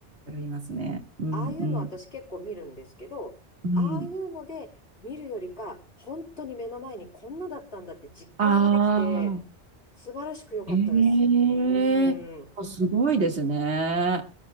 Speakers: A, on the right (about 75°); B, on the left (about 70°).
A: ありますね。うん、
B: ああいうの私結構見るんですけど、
A: うん、うん。
B: ああいうので見るよりか、本当に目の前にこんなだったんだって実感ができて、
A: ああ。
B: 素晴らしく良かったです。
A: ええあ、
B: うーん。
A: すごいですね。